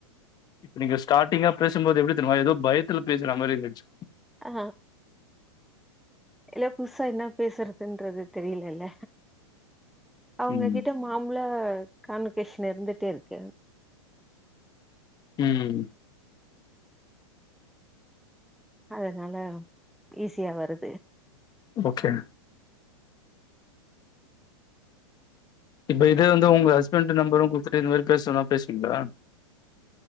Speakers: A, on the left; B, in the centre.
A: இப்ப நீங்க ஸ்டார்டிங்கா பேசும்போது எப்டி தெரிமா ஏதோ பயத்துல பேசுற மாரி இருந்துச்சு
B: ஆ இல்ல புசா என்ன பேசுறதுன்றது தெரியலல்ல அவுங்க
A: ம்
B: கிட்ட மாம்பழ காண்வகேஷன் இருந்துட்டேருக்கு
A: ம்
B: அதனால ஈஸியா வருது
A: ஓகே இப்ப இதே வந்து உங்க ஹஸ்பண்ட்டு நம்பரு குத்துட்டு இந்த மாரி பேசொன்னா பேசுவீங்களா